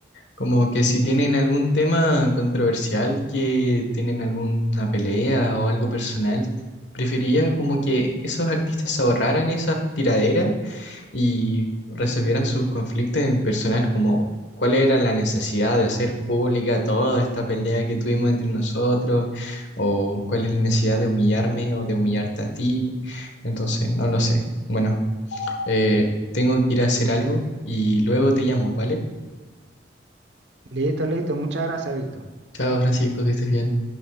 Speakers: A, on the left; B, on the right.
A: Como que si tienen algún tema controversial, que tienen alguna pelea o algo personal, prefería como que esos artistas se ahorraran esas tiraderas y resolvieran sus conflictos en personal, como cuál era la necesidad de hacer pública toda esta pelea que tuvimos entre nosotros, o cuál es la necesidad de humillarme o de humillarte a ti. Entonces, no lo sé. Bueno, eh, tengo que ir a hacer algo y luego te llamo, ¿vale?
B: Listo, listo, muchas gracias, Víctor.
A: Chao, Francisco, que estés bien.